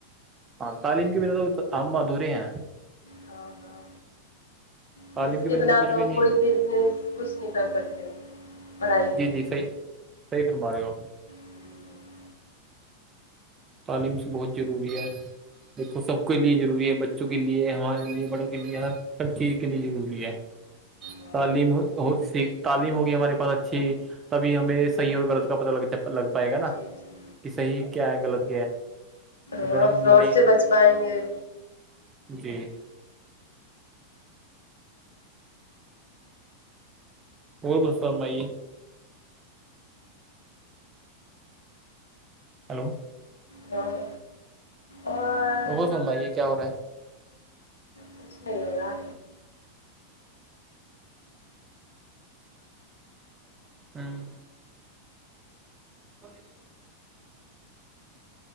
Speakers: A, on the right (about 20°); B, on the left (about 70°).
A: ہاں تعلیم کے بنا تو ہم ادھورے ہیں
B: ہاں ہاں
A: تعلیم
B: تو اس کے بنا
A: کچھ
B: تو
A: بھی
B: ہم
A: نہیں
B: کوئی بزنس کچھ نہیں کر سکتے پڑھائی کے
A: جی جی
B: بنا
A: صحیح صحیح فرماے ہوپ
B: جی جی
A: تعلیم سے بہت ضروری ہے دیکھو سب کے لیے ضروری ہے بچوں کے لیے ہمارے لیے بڑوں کے لیے ہر ہر چیز کے لیے ضروری ہے
B: ہاں
A: تعلیم س تعلیم ہوگی ہمارے پاس اچھی تبھی ہمیں
B: ہاں
A: صحیح اور غلط کا پتا لگ لگ پائے گا نا
B: جی جی
A: کہ صحیح کیا ہے غلط اگر
B: ہاں
A: ہم
B: فراڈ سے بچ پائیں گے
A: جی وہ بس سمائیے ہلو
B: ہاں اور
A: غور فرمائیے کیا ہو رہا ہے
B: کچھ نہیں ہوگا
A: ہوں بن